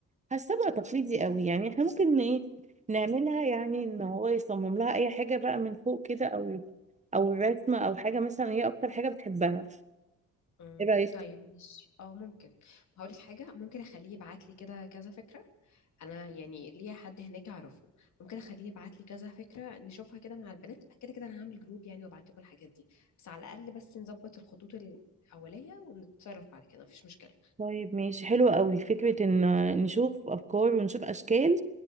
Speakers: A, on the right; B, on the left.
A: حاسه بقى تقليدي قوي يعني احنا ممكن ن- ايه نعملها يعني ان هو يصمم لها اي حاجه بقى من فوق كده او او الرسمه او حاجه مثلا هي اكتر حاجه بتحبها
B: مم.
A: ايه رايك
B: طيب ماشي اه ممكن هقول لك حاجه ممكن اخليه يبعت لي كده كذا فكره انا يعني ليا حد هناك اعرفه ممكن اخليه يبعت لي كذا فكره نشوفها كده مع البنات كده كده انا هعمل جروب يعني وابعت لكم الحاجات دي بس على الاقل بس نظبط الخطوط الاوليه ونتصرف بعد كده مفيش مشكله
A: طيب ماشي حلوة قوي فكرة ان نشوف افكار ونشوف اشكال